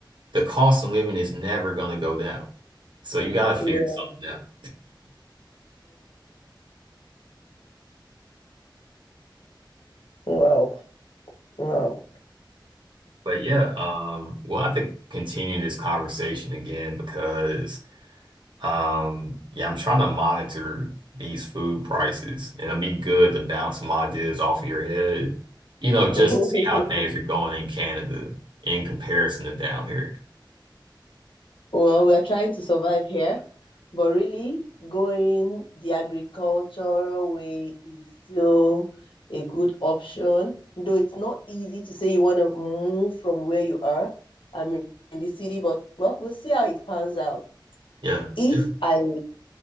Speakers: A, on the right; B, on the left.
A: the cost of living is never going to go down. So you got to figure
B: <laughs> yeah.
A: something out.
B: <laughs> Wow. Wow.
A: But yeah, um, we'll have to continue this conversation again because um, yeah, I'm trying to monitor these food prices, and it'd be good to bounce some ideas off of your head, you know, just
B: <laughs>
A: to see how things are going in Canada in comparison to down here.
B: Well, we are trying to survive here, but really going the agricultural way is still a good option, though it's not easy to say you want to move from where you are. I mean, in the city, but well, we'll see how it pans out.
A: Yeah,
B: If
A: yeah,
B: I